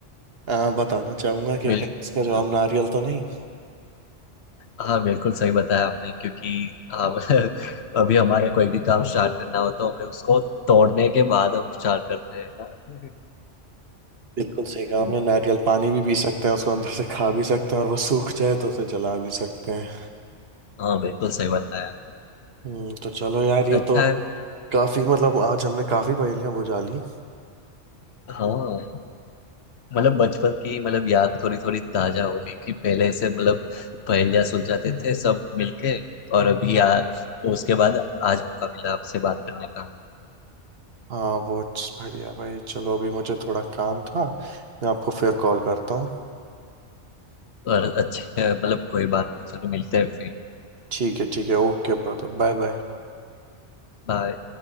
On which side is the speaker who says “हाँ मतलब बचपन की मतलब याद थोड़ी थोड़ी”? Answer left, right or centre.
Left